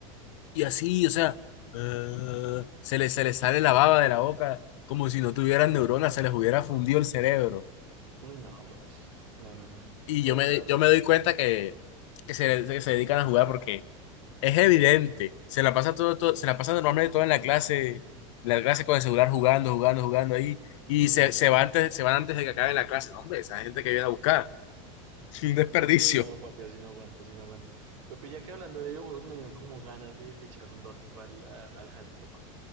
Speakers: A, on the left; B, on the right.
A: y así, o sea, eh, se les, se les sale la baba de la boca, como si no tuvieran neuronas, se les hubiera fundido el cerebro.
B: Uy, no, brother. No, no, no.
A: Y
B: Provocarles.
A: yo me, yo me doy cuenta que, que se,
B: Sí.
A: que se dedican a jugar porque es evidente. Se la pasa todo, todo- se la pasa normalmente todo en la clase, la clase con el celular jugando, jugando, jugando ahí. Y
B: Uy,
A: se,
B: no.
A: se va antes, se van antes de que acabe la clase. No, hombre, esa gente que viene a buscar. <laughs> Un desperdicio.
B: Uy, no, papi, así no aguanta, así no aguanta. Pero pues, ya que hablando de videojuegos me dieron como ganas de, de echarle un rótico al, a- al Jalito, pa.